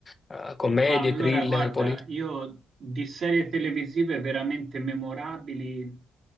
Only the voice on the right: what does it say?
Ma allora,
guarda,
io di serie televisive veramente memorabili,